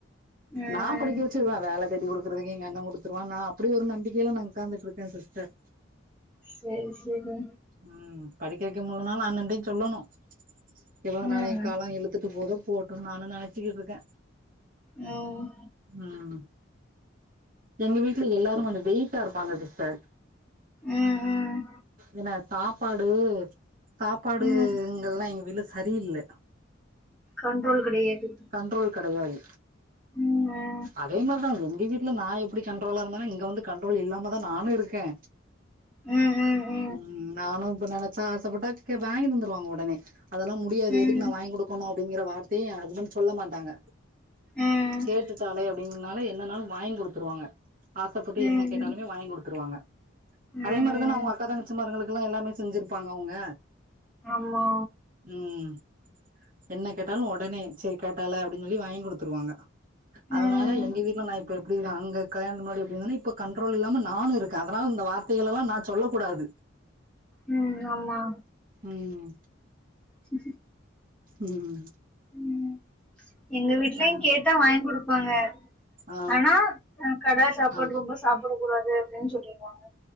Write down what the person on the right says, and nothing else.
நா
படிக்க வச்சிருவே வேல தேடி குடுக்குறக்கு எங்கண்ணே குடுத்துருவா நா அப்டி ஒரு நம்பிக்கையில நா உக்காந்துட்ருக்கே சிஸ்டர்
ம் படிக்க வைக்க முல்லனாலு அண்ணன்டையு சொல்லணு எவ்ளோ
நெறைய காலம் இழுத்துட்டு போதோ போட்டுர்லான்னு நெனச்சிட்ருக்கே
ம் எங்க வீட்ல எல்லாரு கொஞ்ச வெயிட்டா இருப்பாங்க சிஸ்டர்
ஏன்னா சாப்பாடு சாப்பாடுங்கல்லா
எங்க வீட்ல சரியில்ல
கண்ட்ரோல் கெடையாது
அதே மாரிதா எங்க வீட்ல நா எப்டி கண்ட்ரோலா இருந்தோனோ இங்க வந்து கண்ட்ரோல் இல்லாம தா நானு இருக்கே
ம் நானும் இப்ப நெனச்சா ஆசப்பட்டா வாங்கிட்டு வந்துருவாங்க ஒடனே அதெல்லா முடியாது
எதுக்கு நா வாங்கி குடு ருக்கணும் அப்டிங்கிற வார்த்தையே ஏ ஹஸ்பண்ட் சொல்ல மாட்டாங்க
கேட்டுட்டாலே வேணுன்னாலும் என்னாலும் வாங்கி குடுத்துருவாங்க ஆசப்பட்டு
என்ன கேட்டாலுமே
வாங்கி குடுத்துருவாங்க
அதே மாரிதான அவங்க அக்கா தங்கச்சி மார்ங்களுக்கெல்லா எல்லாமே செஞ்சிருப்பாங்க அவங்க
ம் என்ன கேட்டாலும் ஒடனே சரி கேட்டாளே அப்டின்னு சொல்லி வாங்கி குடுத்துருவாங்க
அதனால எங்க வீட்ல நா இப்ப எப்டி அங்க கல்யாண முன்னாடி எப்டி இருந்தானோ இப்ப கன்றோல் இல்லாம நானும் இருக்கே அதனால இந்த வார்த்தைகளல்லா நா சொல்ல கூடாது
ம்
ம்
ஆ
ஆ
ஆ